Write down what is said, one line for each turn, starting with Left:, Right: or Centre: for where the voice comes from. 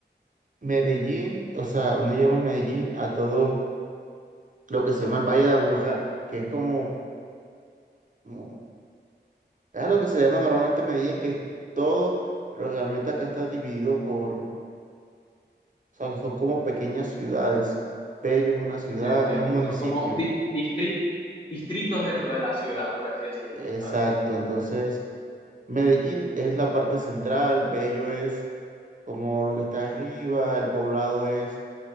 Right: Medellín, o sea, uno lleva a Medellín a todo. lo que se llama el Valle de Aburrá, que es como, como- es a lo que se llama normalmente Medellín, que es todo, pero realmente acá está dividido por, o sea, son como pequeñas ciudades. Bello es una ciudad,
Left: No entiendo.
Right: es un municipio.
Left: Son como di- distri- distritos dentro de la ciudad, por así decirlo,
Right: Exacto,
Left: ¿sabes?
Right: entonces Medellín es la parte central, Bello es como lo que está arriba, el poblado es,